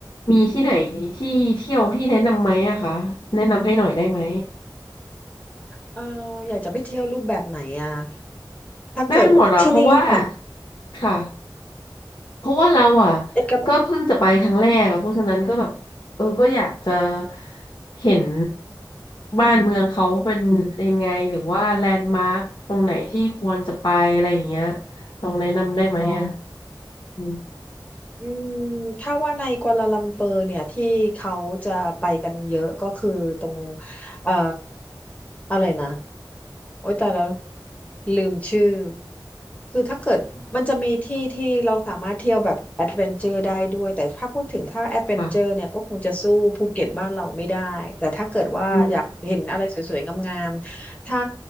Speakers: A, on the left; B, on the left.
A: มีที่ไหนที่เที่ยวที่แนะนำไหมอะคะแนะนำให้หน่อยได้ไหม
B: เอออยากจะไปเที่ยวรูปแบบไหนอ่ะถ้าเกิดว่าที่นี่เนี่ย
A: ได้หมดละเพราะว่าค่ะ เพราะว่าเราอ่ะ
B: เอกั
A: ก็เพิ่งจะไปครั้งแรกอ่ะเพราะฉะนั้นก็แบบเออก็อยากจะเห็นบ้านเมืองเขาเป็นยังไงหรือว่าแลนด์มาร์คตรงไหนที่ควรจะไปอะไรอย่างเงี้ยลองแนะนำได้ไหมอ่ะ
B: อ๋อ
A: อืม
B: อืมถ้าว่าในกัวลาลัมเปอร์เนี่ยที่เขาจะไปกันเยอะก็คือตรงเอ่ออะไรนะโอ๊ยแต่แล้วลืมชื่อคือถ้าเกิดมันจะมีที่ที่เราสามารถเที่ยวแบบแอดเวนเจอร์ได้ด้วยแต่ถ้าพูดถึงถ้าแอดเวนเจอร์เนี่ยก็คงจะสู้ภูเก็ตบ้านเราไม่ได้แต่ถ้าเกิดว่าอยากเห็นอะไรสวยๆงามๆถ้า
A: ค่ะอืม